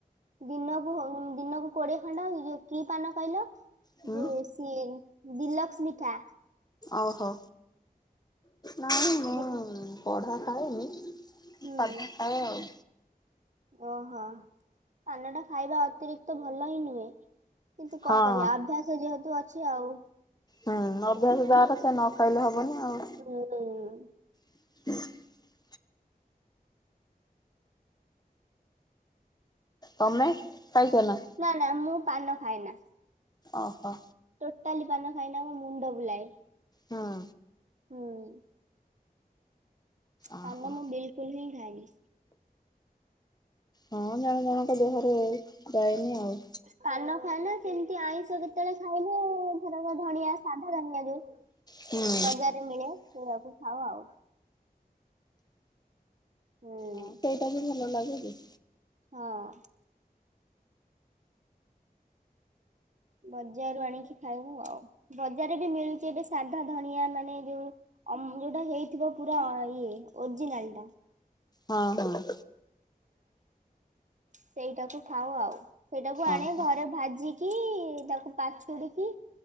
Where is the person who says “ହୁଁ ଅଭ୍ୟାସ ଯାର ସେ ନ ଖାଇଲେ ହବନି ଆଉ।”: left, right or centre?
Left